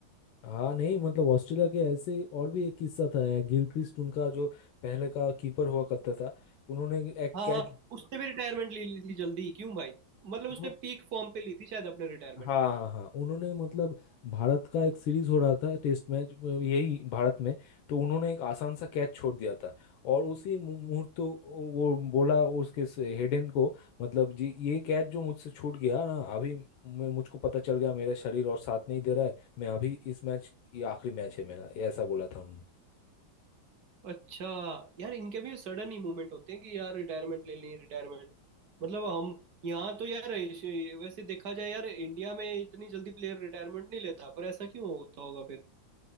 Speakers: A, on the left; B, on the right.
A: हाँ नहीं मतलब ऑस्ट्रेलिया के ऐसे और भी एक किस्सा था यार गिलक्रिस्ट उनका जो पहले का कीपर हुआ करता था उन्होंने एक
B: हाँ
A: कैच
B: हाँ उसने भी रिटायरमेंट ले ली थी जल्दी क्यों भाई मतलब
A: उन्हों-
B: उसने पीक फॉर्म पे ली थी शायद अपने रिटायरमेंट
A: हाँ हाँ हाँ उन्होंने मतलब भारत का एक सीरीज हो रहा था टेस्ट मैच यही भारत में तो उन्होंने एक आसान सा कैच छोड़ दिया था और उसी मु- मुहूर्त तो वो बोला उसके हेडन को मतलब जी ये कैच जो मुझसे छूट गया ना अभी मैं- मुझको पता चल गया मेरा शरीर और साथ नहीं दे रहा है मैं अभी इस मैच ये आखिरी मैच है मेरा ये ऐसा बोला था
B: अच्छा यार इनके भी सडन ही मूवमेंट होते हैं कि यार रिटायरमेंट ले लें रिटायरमेंट मतलब हम यहाँ तो यार ऐसे- वैसे देखा जाए यार इंडिया में इतनी जल्दी प्लेयर रिटायरमेंट नहीं लेता पर ऐसा क्यों होता होगा फिर